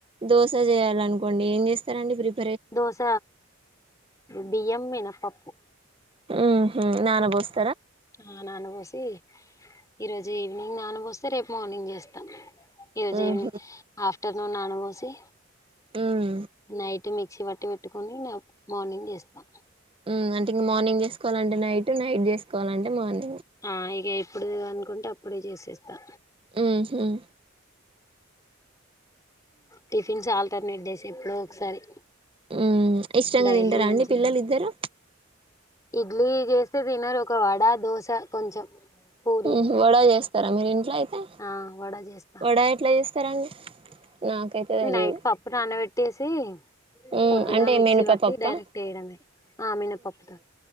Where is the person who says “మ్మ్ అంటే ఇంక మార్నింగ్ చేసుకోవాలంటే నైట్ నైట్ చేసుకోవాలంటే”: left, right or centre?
Right